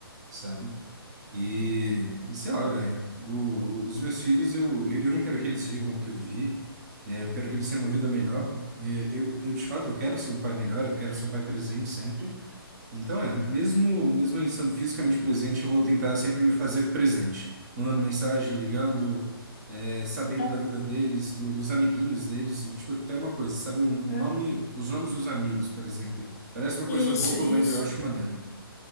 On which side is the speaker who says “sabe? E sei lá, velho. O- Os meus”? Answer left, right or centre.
Right